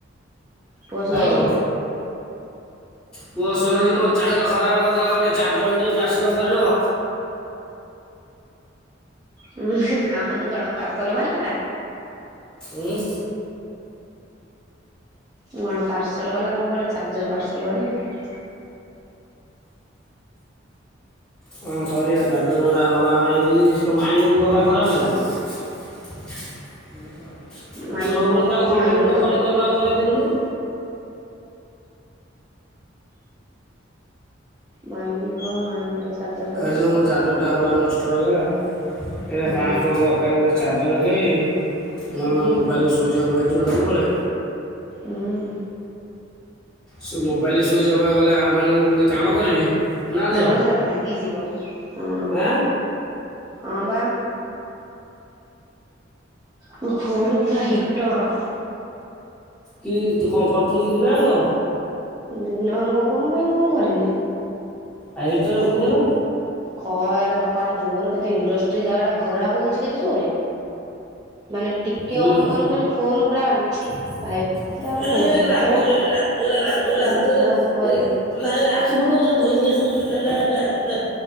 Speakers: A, on the right (about 20°); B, in the centre.
A: ପୁଅ ଶୋଇଛି।
B: ହାଲୋ ପୁଅ ଶୋଇଚି
A: ହଁ
B: ମୋ <unintelligible> ଖରାପ କରିଦେଲା ଗୋଟେ। ଚାର୍ଜଲ୍ ଟିକେ ପାର୍ସଲ କରିବ?
A: <unintelligible> ମୁଁ କଣ ପାର୍ସଲ ବାଲା?
B: ଉଁ
A: ମୁଁ କଣ ପାର୍ସଲ ବାଲା ତମକୁ ଗୋଟେ ଚାର୍ଜର ପାର୍ସଲ କରିବି।
B: କଁ କରିଆ ଚାର୍ଜର ଉରା ଗଲା <unintelligible> ତୋ ମାଇଁ ଯୋଗୁ ଗଲା ଖରାପ ହେଲା। <unintelligible>
A: ମାଇଁକି
B: ତୁ ସବୁବେଳେ
A: କୁହ
B: ତାକୁ ଗଣ୍ଡି
A: ମାଇଁ ଗୋଟେ
B: ମୁଁଣ୍ଡ
A: ଦବ।
B: କରିକି ଅଲଗା କରେଇ ଦେଲୁନୁ।
A: ମାଇଁ କୁ କୁହ ମାଇଁ ଗୋଟେ ଚାର୍ଜର ଦବ।
B: ତା ଯୋଉଁ ମୋ ଚାର୍ଜରଟା ଗଲା ନଷ୍ଟ ହେଇଗଲା ଏଇନା
A: ହୁଁ
B: ପାଆଁସ ଟଙ୍କା ଦରକାର। ତାର ଗୋଟେ ଚାର୍ଜର କିଣିବି ନହେଲେ
A: ହୁଁ
B: ମୋ ମୋବାଇଲ୍ ସୁଇଜି ଅପ୍ ହେଇଯିବ ସବୁବେଳେ।
A: ଉଁ।
B: ସିଏ ମୋବାଇଲ ସୁଇଜି ଅପ୍ ହେଇ ଗଲେ ଆଉ ଫେଣି ମୁଁ କେମିତି କାମ କରିବି। ନା ଝିଅ
A: ଧନ ସେଟା ଭାଙ୍ଗିଯିବ ହୁଁ
B: ଆଁ
A: ହଁ ପା। ମୋ ଫୋନ୍ ପୁରା ହିଟର।
B: କି ତୁ କ'ଣ କରୁଥୁଲୁ କି ଦିିନ ଆଙ୍କ?
A: ଦିନ ଆଙ୍ଗ କ'ଣ ପାଇଁ କ'ଣ କରିବି।
B: ଆଏ ହିଟର କ'ଣ ଥିଲା।
A: ଖରା ତାଙ୍କ ଆଡେ ଜୋର କେତେ ଇଣ୍ଡଷ୍ଟ୍ରି ଜାଗା ଟା ଖରା ହୋଉଚି କେତେ ଜୋରେ। ମାନେ ଟିକେ
B: ହୁଁ
A: ଅନ୍ କରିବୁ ମାନେ ଫୋନ ପୁରା
B: ଏ
A: ଭାଇ ପୁରା ମାନେ ହିଟର
B: ରାଗଉରା ରେ ରାଗଉରା, ରାଗଉରା
A: ହିଟର
B: ହାତ ଉରା
A: ଉପରେ
B: ଏ ନେ। ନାଇଁ ରେ ଆଖି ପୋଡିବ ଯା ଧୋଇହେଇକି ଆସିବୁ ଯା, ଯା, ଯା।